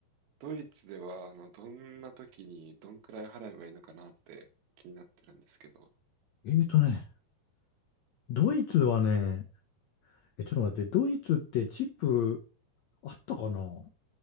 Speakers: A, on the right; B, on the left.
A: ドイツでは、あの、どんな時にどんくらい払えばいいのかなって気になってるんですけど、
B: えっとね、ドイツはね、え、ちょっと待って、ドイツってチップあったかな